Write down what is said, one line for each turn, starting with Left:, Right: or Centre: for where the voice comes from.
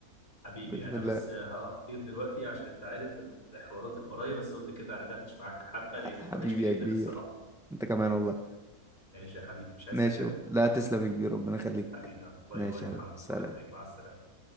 Left: حبيبي
Centre: باذن
Left: انا
Centre: الله
Left: بس ه- هطير دلوقتي عشان انت عارف الحوارات اللي ورايا بس قلت كده قعدتش معاك حبه
Centre: ح-
Left: لانك
Centre: حبيبي
Left: وحشني جدا
Centre: يا كبير
Left: الصراحه
Centre: انت كمان والله
Left: ماشي يا حبيبي مش عايز
Centre: ماشي
Left: حاجه
Centre: يا بابا. لا تسلم يا كبير ربنا يخليك
Left: حبيبي باي
Centre: ماشي
Left: باي يا
Centre: يا حبيبي
Left: محمد
Centre: سلام
Left: باي يا حبيبي مع السلامه